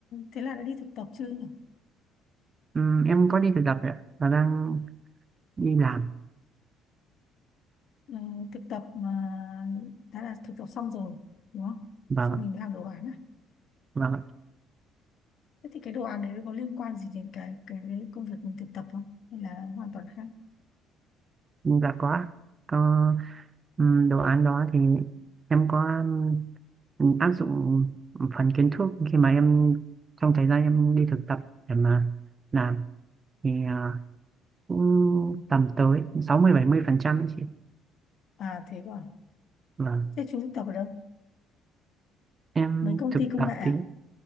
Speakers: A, on the left; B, on the right.
A: thế là đã đi thực tập chưa nhỉ?
B: Ừm, em có đi thực tập rồi ạ, và đang đi làm
A: Ừ, thực tập mà đã là thực tập xong rồi, đúng không?
B: vâng
A: Xong
B: ạ,
A: mình mới làm đồ án à?
B: vâng ạ.
A: Thế thì cái đồ án đấy nó có liên quan gì đến cái cái công việc mình thực tập không? Hay là hoàn toàn khác?
B: dạ có ạ. có ừm, đồ án đó thì em có ừm, áp dụng phần kiến thức khi mà em trong thời gian em đi thực tập để mà làm thì ờ, cũng tầm tới sáu mươi bảy mươi phần trăm ấy chị
A: À thế cơ à?
B: vâng
A: Thế chú thực tập ở đâu?
B: em
A: Mấy công
B: thực
A: ty công
B: tập
A: nghệ à?
B: thì